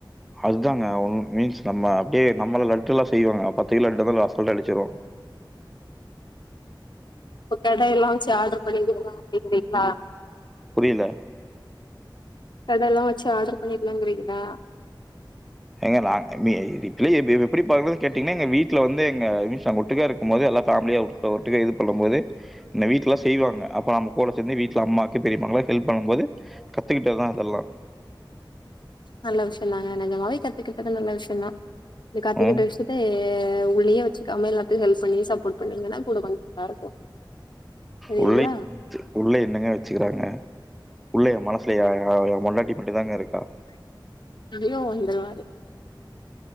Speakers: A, in the centre; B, on the left (about 65°).
A: அதாங்க ஒன் மீன்ஸ் நம்ம அப்படியே நம்மல லட்டெல்லா செய்வாங்க பத்து கிலோ லட்டுலா லாஃப்ட்டோட அடுக்கிருவோ
B: அப்ப கடைல்லா வெச்சு ஆர்டர் பண்ணிர்லா அப்டிங்கிறிங்ளா
A: புரியல.
B: கடெல்லா வச்சு ஆர்டர் பண்ணிடலாங்றிங்ளா
A: ஏங்க நாங் நீ இதெலா எப்படி ப பணறதுன் கேட்டிங்னா எங்க வீட்ல வந்து எங்க மீன்ஸ் நாங்க ஒட்டுக்கா இருக்கும்போது எல்லா ஃபேமிலியா ஒ ஒட்டுக்கா இது பண்ணும் போது இந்த வீட்ல செய்வாங்க அப்ப நம்ம கூட சேந்து வீட்டு அம்மாக்கு பெரிம்மாக்லா ஹெல்ப் பண்ணும் போது கத்துக்கிட்டதா அதெல்லா
B: நல்ல விஷயந்தாங் க நெஜமாவே கத்துக்கிட்டது நல்ல விஷயந்தா இந் கத்துக்கிட்ட
A: ம்.
B: விஷயத்த ஏ உள்ளயே வெச்சு க்காக எல்லாத்து ஹெல்ப் பண்ணி சப்போட் பண்ணீங்கன்னா கூட கொஞ் இதா இருக்கு சரிங்களா
A: உள்ளை உள்ள என்னங்க வச்சுக்குறாங்க உள்ள ஏ மனசுல எ ஏ ஏ பொண்டாட்டி மட்டுந்தாங்க இருக்கா
B: <unintelligible>